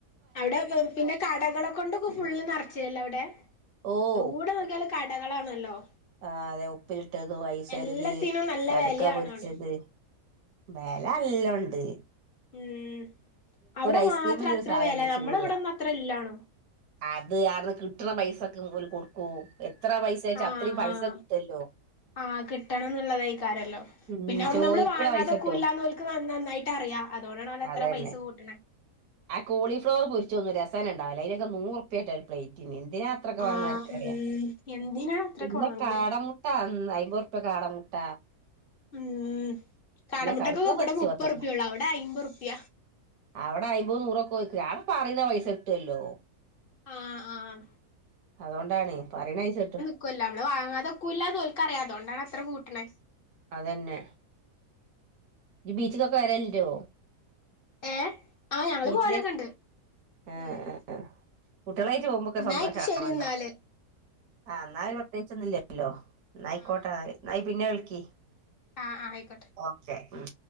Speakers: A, on the left (about 45°); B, on the right (about 70°).
A: അവ്ടെ ഗെൾഫിന്റെ കടകളെ കൊണ്ടൊക്കെ ഫുള്ള് നർച്ചിനല്ലോ അവ്ടെ.
B: ഓ
A: എവ്ടെ നോകിയാലും കടകളാണല്ലോ.
B: ആഹ് അതെ ഉപ്പിലിട്ടതു ഐസൊര്തി
A: എല്ലാത്തിനും നല്ല
B: കടുക്ക
A: വിലയാണാണു
B: പൊരിച്ചത്. വെലല്ലോണ്ട്.
A: ഉം അവിടെ
B: ഐസ്ക്രീമിന്റെ
A: മാത്രം അത്ര
B: ഒരു സാധനണ്ട്
A: വെല നമ്മളവിടെന്നും
B: ചൂടുള്ള
A: അത്ര ഇല്ലാണും.
B: അത് ആട്ന്ന് കിട്ട്ണ പൈസക്ക് ഓല് കൊട്ക്കൂ എത്ര പൈസ വച്ചാ
A: ആഹ്
B: അത്രയും പൈസ
A: ആഹ്
B: കിട്ടല്ലോ.
A: ആഹ് കിട്ടണംന്നുള്ള ദെയ്കാരല്ലോ.
B: ഉം
A: പിന്നെ അവിട്ന്ന്
B: ചോദിക്കണ
A: നമ്മള് വാങ്ങാതെക്കൂല്ലാന്ന്
B: പൈസ കിട്ടും
A: ഓൽക് ന നന്നായിട്ട് അറിയാം അതോണ്ടാണ് ഓല് അത്ര
B: അതന്നെ
A: പൈസ കൂട്ട്ണ.
B: ആ കോളിഫ്ലവർ പൊരിച്ചതൊന്നും രസന്നെണ്ടാവുല അയ്നൊക്കെ നൂറുപ്പായിട്ട് ഒരു പ്ലേറ്റിന് എന്തിനാ. ത്രക്ക്
A: ആഹ്
B: വാങ്ങോ ആര്ക്കറ്യ
A: ഉം എന്തിനാ അത്രൊക്കെ
B: പിന്നെ
A: വാങ്ങണ്
B: കാടമു ട്ട ന്ന് അയ്മ്പുർപ്യ കാട മുട്ട.
A: ഉം കാടമുട്ടക്കൊക്കെ
B: കടുക്ക
A: ഇബടെ
B: പൊരിച്ച്
A: മുപ്പർപ്പൊള്ളു
B: പത്തറുപ്യ
A: അവിടെ അയ്മ്പുർപ്യ.
B: അവിടെ അയമ്പത് നൂറൊക്കെ ഓൽക്ക് ആടെ പറിണ പൈസട്ടുവല്ലോ.
A: ആഹ് ആഹ്
B: അതോണ്ടാണ് പറിണയ്‌സട്ടു.
A: ക്കൊല്ലൊ നമ്മള് വാങ്ങാതെക്കൂല്ലാന്ന് ഓൽക്ക് അറിയ അതോണ്ടാണ് അത്ര കൂട്ടണെ.
B: അതെന്നെ. ഈ ബീച്ചിക്കൊക്കെ വരൽന്റോ.
A: ഏഹ് ആഹ് ഞങ്ങള്
B: ബീച്ചിലേ
A: പോവലൊക്കെണ്ട്
B: ഏ ഏ
A: ഉം
B: കുട്ട്യളായിട്ട് പോകുമ്പൊക്കെ
A: എന്നാ
B: സന്തോഷാണല്ലോ.
A: അയ്ക്ക് ശരി എന്നാല്
B: ആഹ് എന്നാ പ്രത്യേകിച്ചൊന്നും ഇല്ലല്ലോ ന്നായിക്കോട്ടെന്നാല്
A: ആഹ്
B: എന്നാ ഇയ് പിന്നെ വിളിക്ക്.
A: ആഹ് ആഹ് ആയിക്കോട്ടെ.
B: ഓക്കെ ഉം.